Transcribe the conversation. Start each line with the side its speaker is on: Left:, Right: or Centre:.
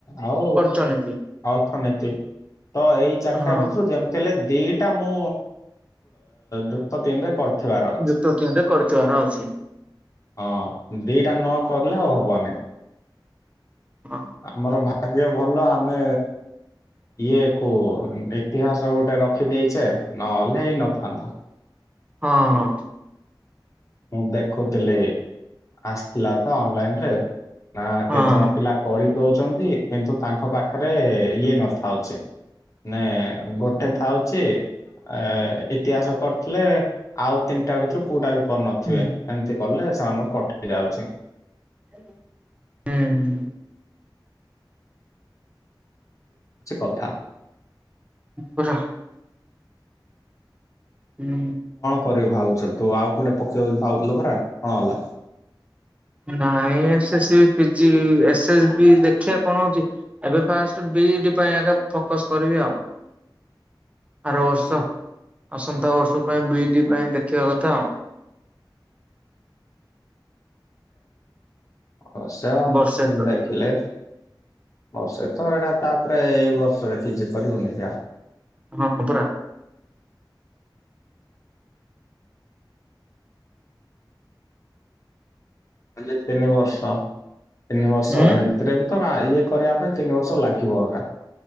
Left: ଆଉ
Right: ଅର୍ଥନୀତି
Left: ଆଉ ଅନକ ତ ଏଇ ଚାରିଟା
Right: ହଁ
Left: ଭିତରୁ ଯେମତି ଲେ ଦିଇଟା ମୁଁ ଯୁକ୍ତ ନ କରି ବାର ଅଛି
Right: ଯୁକ୍ତ ତିନିରେ କରିଥିବାର ଅଛି
Left: ହଁ। ଦିଇଟା ନ କଲେ ଆଉ ହବନି
Right: ହଁ
Left: ଆମର ଭ ଭାଗ୍ୟ ଭଲ ଆମେ ଇଏ କ ଇତିହାସ ଗୋଟ ରଖିଦେଇଚେ ନହେଲେ ହେଇ ନଥାନ୍ତ।
Right: ହଁ ହଁ।
Left: ମୁଁ ଦେଖୁଥିଲି ଆସିଥିଲା ତ ଅନଲାଇନ ରେ ନା
Right: ହଁ
Left: କେତେ ଜଣ ପିଲା କରିଦୋଉ କିନ୍ତୁ ତାଙ୍କ ପାଖରେ ଇଏ ନଥା ଅଛି। ଏ ଗୋଟେ
Right: ହୁଁ
Left: ଥାଉଚି ଆ ଇତିହାସ କର ଥିଲେ ଆଉ ତିନିଟା ଭିତରୁ କୋଉଟା ବି କରିନଥିବେ
Right: ହୁଁ
Left: ଏମିତି। କଲେ ସେମାନଙ୍କୁ କଟି ଯାଉଚି।
Right: ହୁଁ ହୁଁ।
Left: କଥା
Right: ବୁର ହୁଁ।
Left: ଭାଉଛର ତୁ ଆଉ କୋଟେ ପକେଇ ଭାବୁଥିଲ ପରା କଣ ହେଲା?
Right: ନା ସେ ପିଜି ଏସ୍ ଏସ୍ ବି ଦେଖିବା କଣ ହଉଚି ଏବେ ଫାଷ୍ଟ ବିଇ ପାଇଁ ଆ ଫୋକସ କରିବି ଆଉ।
Left: ହ
Right: ଅରୋଡ଼ଷ ଆସନ୍ତା ବର୍ଷ ପାଇଁ ବି ଡି ପାଇଁ ଦେଖିବା କଥା।
Left: ଅବଶ୍ୟ
Right: ବର୍ଷେ ତ
Left: ଦେଖିଲେ ବର୍ଷେ ତ ଏଇଟା ତାପରେ ଏଇ ବର୍ଷରେ କିଜି କରିବୁନି ଆଉ।
Right: ହଁ ପରା।
Left: ତିନି ବର୍ଷ ତିନି ବର୍ଷ
Right: ଉଁ
Left: ଏତିରେ ବି ତ ଇଏ କରିବା ପାଇଁ ତିନି ବର୍ଷ ଲାଗିବ ଆଗା